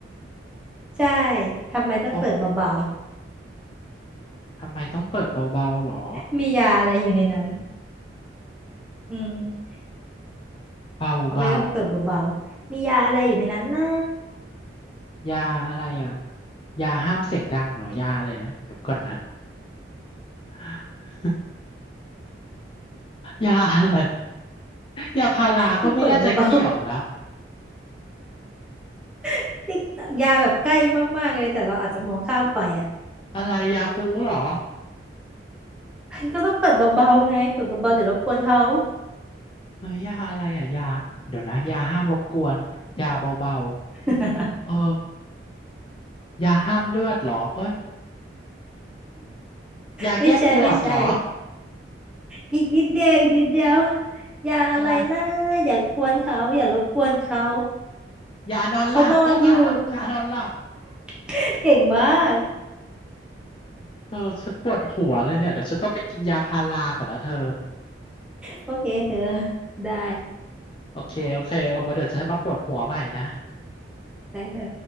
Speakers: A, in the centre; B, on the left.
A: ใช่ทำไมต้องเปิดเบา
B: โอ้ทำไมต้องเปิดเบาๆหรอ
A: ๆมียาอะไรอยู่ในนั้นอืม
B: เบา
A: ทำไมต้องเปิดเบาๆมียาอะไรอยู่ในนั้นนะ
B: ๆยาอะไรอ่ะยาห้ามเสียงดังเหรอยาอะไรนะเดี๋ยวก่อนนะ <gasps> ยาอะไรยาพาราก็ไม่น่าจะเกี่ยวนะ
A: ต้องเปิดเบาๆ <laughs> ติ๊กยาแบบใกล้มากๆเลยแต่เราอาจจะมองข้ามไปอ่ะ
B: อะไรยาคูลเหรอ
A: <laughs> ก็ต้องเปิดเบาๆไงเปิดเบาๆเดี๋ยวรบกวนเขา
B: เฮ้ยยาอะไรอ่ะยาเดี๋ยวนะยาห้ามรบกวนยาเบา
A: <laughs>
B: ๆเออยาห้ามเลือดเหรอเอ้ยยาแก้ปวดเหรอ
A: ไม่ใช่ไม่ใช่ อีกนิดเดียวอีกนิดเดียวอย่าอะไรนะอย่ากวนเขาอย่ารบกวนเขา
B: อะไรยานอนหลับโอ้ตายแล้วยานอนหลับ
A: เขานอนอยู่ <laughs> เก่งมาก
B: เออฉันปวดหัวเลยเนี่ยเดี๋ยวฉันต้องไปกินยาพาราก่อนนะเธอ
A: โอเคเธอได้
B: โอเคโอเคไว้เดี๋ยวฉันมาปวดหัวใหม่นะ
A: ได้เธอ